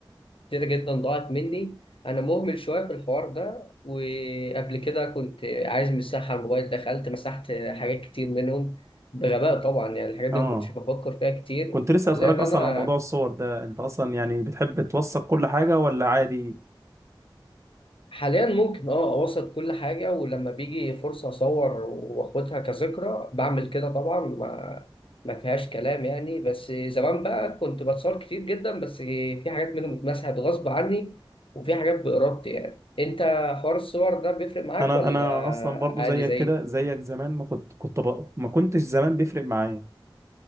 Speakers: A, on the left; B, on the right.
A: كتير جدا ضاعت مني انا مهمل شويه في الحوار ده وقبل كده كنت عايز مساحه على الموبايل دخلت مسحت حاجات كتير منهم بغباء طبعا يعني الحاجات دي
B: اه
A: ما كنتش بفكر فيها كتير
B: كنت لسه
A: لان
B: أسألك أصلا
A: انا
B: عن موضوع الصور ده أنت أصلا يعني بتحب توثق كل حاجة ولا عادي
A: حاليا ممكن اه اوثق كل حاجة ولما بيجي فرصة اصور واخدها كذكرى بعمل كده طبعا ما ما فيهاش كلام يعني بس زمان بقى كنت بتصور كتير جدا بس في حاجات منهم اتمسحت غصب عني وفي حاجات بإرادتي يعني انت حوار الصور ده بيفرق معاك
B: أنا
A: ولا
B: أنا أصلا برضو
A: عادي
B: زيك
A: زي
B: كده زيك زمان ما كنت كنت بق... ما كنتش زمان بيفرق معايا